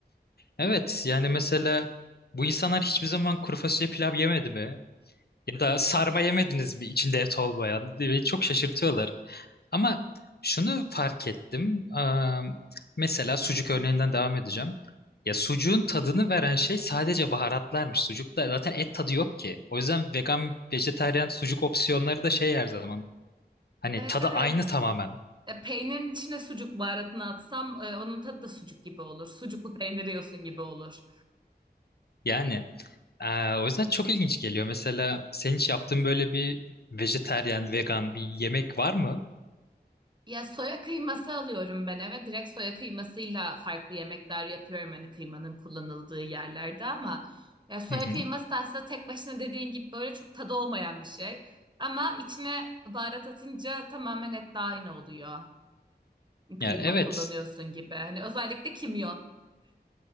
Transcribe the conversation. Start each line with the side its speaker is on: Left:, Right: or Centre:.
Left: Evet. Yani mesela bu insanlar hiçbir zaman kuru fasulye pilav yemedi mi? Ya da sarma yemediniz mi içinde et olmayan? Beni çok şaşırtıyorlar. Ama şunu fark ettim. Eee, mesela sucuk örneğinden devam edeceğim. Ya sucuğun tadını veren şey sadece baharatlarmış. Sucukta zaten et tadı yok ki. O yüzden vegan, vejetaryen sucuk opsiyonları da şey her zaman. Hani
Right: Evet
Left: tadı
Right: evet.
Left: aynı tamamen.
Right: E, peynirin içine sucuk baharatını atsam e, onun tadı da sucuk gibi olur. Sucuklu peynir yiyorsun gibi olur.
Left: Yani eee, o yüzden çok ilginç geliyor. Mesela senin hiç yaptığın böyle bir vejetaryen, vegan bir yemek var mı?
Right: Ya soya kıyması alıyorum ben eve. Direkt soya kıymasıyla farklı yemekler yapıyorum hani kıymanın kullanıldığı yerlerde ama ya soya
Left: Hı hı.
Right: kıyması da aslında tek başına dediğin gibi böyle çok tadı olmayan bir şey. Ama içine baharat atınca tamamen et etle aynı oluyor. Kıyma
Left: Ya evet.
Right: kullanıyorsun gibi. Hani özellikle kimyon.